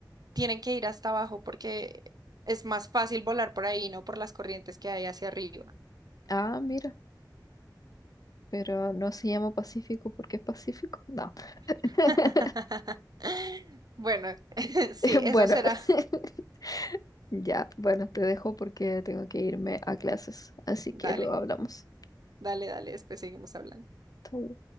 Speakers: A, on the right; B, on the left.
A: tienen que ir hasta abajo porque es más fácil volar por ahí, no por las corrientes que hay hacia arriba.
B: ah, mira, pero no se llama Pacífico porque es Pacífico. No. <laughs>
A: <laughs> Bueno, <laughs> sí,
B: Bueno,
A: eso será.
B: <laughs> ya, bueno, te dejo porque tengo que irme a clases, así
A: Dale,
B: que luego hablamos.
A: dale, dale, después seguimos hablando.
B: Chau.